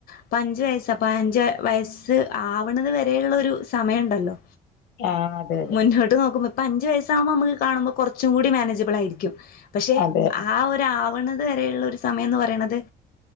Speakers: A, on the left; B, on the left.
A: ഇപ്പം അഞ്ച് വയസ്സ്, അപ്പം അഞ്ച് വയസ്സ് ആവണുതുവരെയുള്ള ഒരു സമയണ്ടല്ലോ
B: ആഹ് അതെ അതെ.
A: മുന്നോട്ട് നോക്കുമ്പോ ഇപ്പം അഞ്ചു വയസ്സാവുമ്പോ നമ്മുക്ക് കാണുമ്പോ കൊറച്ച് ച്ചൂടി മാനേജബിൾ ആയിരിക്കും. പക്ഷെ
B: അതെ
A: ആ ആവണതുവരെയുള്ള ഒരു സമയംന്ന് പറയണത്,